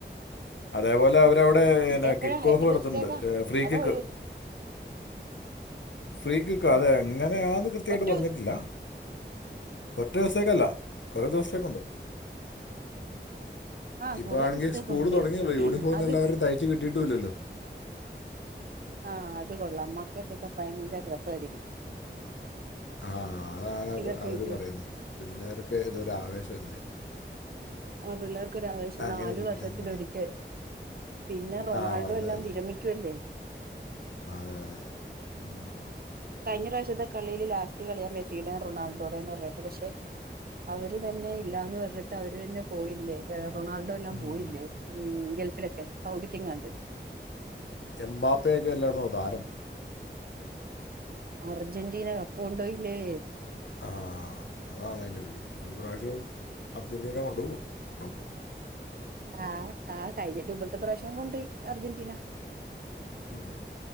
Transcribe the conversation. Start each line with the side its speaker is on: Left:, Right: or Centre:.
Left: അതേപോലെ അവര് അവിടെ
Right: എപ്പഴാ
Left: കിക്കോഹു
Right: എത്ര
Left: എടുത്തുണ്ട്
Right: ദിവസത്തേക്കാ
Left: ഫ്രീ
Right: അതോ
Left: കിക്ക്
Right: ഒരു ദിവസം
Left: ഫ്രീ ക്രിക്ക്
Right: ആ
Left: അതെ എങ്ങനെയന്ന് കൃത്യായിട്ട്
Right: ഒറ്റ
Left: പറഞ്ഞിട്ടില്ല
Right: ദിവസം
Left: ഒരു ദിവസത്തേക്കല്ല
Right: ആ
Left: കുറെേ ദിവസത്തേക്കുണ്ട്
Right: ആ
Left: ഇപ്പ
Right: കൊറേ
Left: ആണെങ്കിൽ
Right: ദിവസത്തേക്കുണ്ട്
Left: സ്കൂള് തുടങ്ങിയള്ളൂ യൂണിഫോം
Right: അത്
Left: എല്ലാവരും തയ്ച്ച്കിട്ടിയിട്ടല്ലല്ലോ
Right: ആഹ അത് കൊള്ളാം മക്കൾക്കിത് ഭയങ്കര രസമായിരിക്കും
Left: ആഹ അതാണ്
Right: ഇതൊക്കെ
Left: അവര്
Right: ഇട്ട്
Left: പറയുന്നത് പിള്ളേർക്ക് ഇതൊരു ആവേശല്ലേ
Right: ആ പിള്ളേർക്കവശ്യം
Left: അങ്ങനെ
Right: നാലു
Left: ഇരിക്കട്ടെ
Right: വർഷത്തിലൊരിക്കേ
Left: എന്ന് പറഞ്ഞു
Right: പിന്നെ റൊണാൾഡോ
Left: ആ വന്നതല്ലേ
Right: എല്ലാം വിരമിക്കുവല്ലേ
Left: ആ, അതെ അതെ അതെ ഉം.
Right: കഴിഞ്ഞ പ്രാവശ്യത്തെ കളിയില് ലാസ്റ്റ് കളിയാം മെസ്സിയുടെേയും റൊണാൾഡോടെ എന്ന് പറഞ്ഞിട്ട് പക്ഷെ അവര് തന്നെ ഇല്ലാന്ന് പറഞ്ഞിട്ട് അവര് തന്നെ പോയില്ലേ റൊണാൾഡോ എല്ലാം
Left: ഉം.
Right: പോയില്ലേ ഉ ഗൾഫിലൊക്കെ സൗദിക്കിങ്ങാണ്ട്
Left: എംമ്പാപ്പയൊക്കെ അല്ലായിരുന്നു താരം
Right: അർജന്റീന കപ് കൊണ്ടോയില്ലേ
Left: ആ അതാണ് അതിൻ്റെ ഈ പ്രാവശ്യം അർജന്റീന കൊണ്ടു പോകുവോ
Right: ആഹ ആ കഴിഞ്ഞിട്ട് ഇപത്തെ പ്രാവശ്യം കൊണ്ട്പോയി അർജന്റീന
Left: ഉ